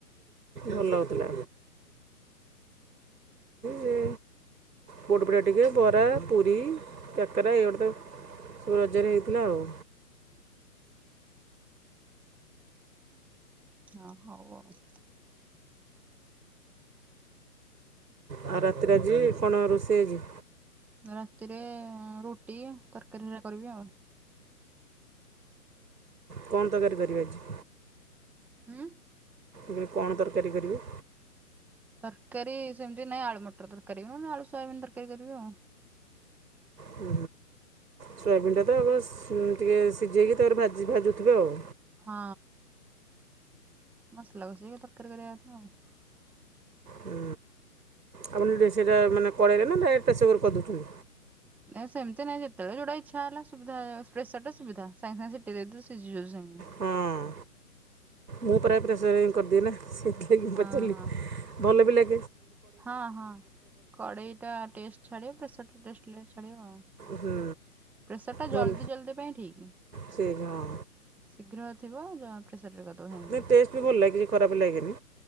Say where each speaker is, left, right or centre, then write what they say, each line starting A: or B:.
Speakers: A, on the right (about 75°); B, in the centre.
A: ଭଲ ଲାଗୁଥିଲା ଯେ ଗୋଟ ପଟେ ଟିକେ ବରା ପୁରୀ କାକେରା ଏଇଗୁଡ଼େ ତ ସବୁ ରଜରେ ହେଇଥିଲା ଆଉ।
B: ହ ହଉ ଆଉ,
A: ଆଉ ରାତିରେ ଆଜି କଣ ରୋଷେଇ ହେଇଛି।
B: ରାତିରେ, ରୁଟି ତରକାରୀ ହେରା କରିବି ଆଉ।
A: କଣ ତରକାରୀ କରିବେ ଆଜି?
B: ହୁଁ
A: ଏବେ କଣ ତର କାରି କରିବୁ।
B: ତରକାରୀ ସେମିତି ନାହିଁ। ଆଳୁ ମଟର ତରକାରୀ ନୁ ନହେଲେ ଆଳୁ ସୋୟାବିିନ ତରକାରୀ କରିବି ଆଉ।
A: ହୁଁ ସୋୟାବିିନଟା ତ ଆଉ କଣ ସି ହୁଁ ଟିକେ ସିଝେଇକି ତାପରେ ଭାଜି ଭାଜୁଥିବେ ଆଉ।
B: ହଁ ମସଲା କସିକି ତରକାରି କରିବା କଥା ଆଉ।
A: ହୁଁ ଆପଣ ଦେଶିଟା ମାନେ କଢ଼େଇରେ ନା ଡାଇରେକ୍ଟ ପ୍ରେସର୍ କୁକରରେ କରିଦଉଛନ୍ତି।
B: ନାହିଁ ସେମିତି ନାହିଁ ଯେ ଯେତେବେଳେ ଯେ‌ଉଁଟା ଇଚ୍ଛା ହେଲା ସୁବିଧା ଏ ଟ୍ରସ୍ ସେଟରେ ସୁବିଧା ସାଙ୍ଗେ ସାଙ୍ଗେ ସିଟି ଦେଇ ଦେଲେ ଶିଝି ଯାଉଛି ସାଙ୍ଗ୍ ହୁଁ।
A: ହଁ ମୁଁ ପ୍ରାୟ ପ୍ରେସରିଂ କରିଦିଏ ନା। ସେଥିଲାଗି
B: ହଁ
A: ପଚାରିଲି <unintelligible> ଭଲ ବି ଲାଗ୍
B: ହଁ ହଁ କଡ଼େଇ ଟା ଟେଷ୍ଟ ଛାଡିବା ପ୍ରେସର୍ ଠୁ ଡଷ୍ଟ ଲେସ୍ ଛାଡି ଆଉ।
A: ହୁଁ
B: ପ୍ରେସର ଟା
A: ଭଲ
B: ଜଲଦି ଜଲଦି ପାଇଁ ଠିକ।
A: ସେ ହଁ
B: ଶୀଘ୍ର ଥିବ। ଜଣା ପ୍ରେସ୍ ପ୍ରେସରରେ କରିଦବ ସାଙ୍ଗେ ସାଙ୍ଗେ।
A: ନାଇଁ ଟେଷ୍ଟ ବି ଭଲ ଲାଗେ କିଛି ଖରାପ ଲାଗେନି।